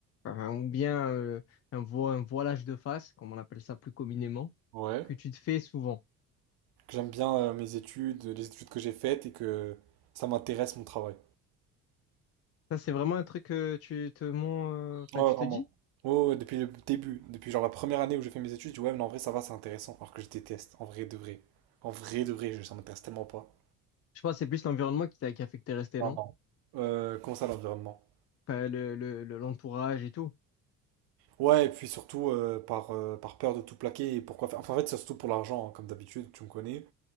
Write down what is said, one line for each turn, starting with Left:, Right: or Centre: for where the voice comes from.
Left: enfin, ou bien euh, un, vo- un voilage de face, comme on appelle ça plus communément,
Right: Ouais.
Left: que tu te fais souvent.
Right: Que J'aime bien euh, mes études, les études que j'ai faites et que ça m'intéresse mon travail.
Left: Ça, c'est vraiment un truc que tu te mens, euh, enfin,
Right: Ouais,
Left: tu
Right: vraiment.
Left: te dis?
Right: Ouais, ouais, depuis le début, depuis genre la première année où j'ai fait mes études, je dis ouais, mais non, en vrai, ça va, c'est intéressant. Alors que je déteste, en vrai de vrai. En vrai de vrai, je- ça m'intéresse tellement pas.
Left: Je pense que c'est plus l'environnement qui t'a qui a fait que t'es resté,
Right: Non,
Left: non?
Right: non. Euh, comment ça, l'environnement?
Left: Enfin, le, le- le- l'entourage et tout.
Right: Ouais, et puis surtout euh, par, euh, par peur de tout plaquer et pourquoi faire. Enfin, en fait, c'est surtout pour l'argent, hein, comme d'habitude, tu me connais.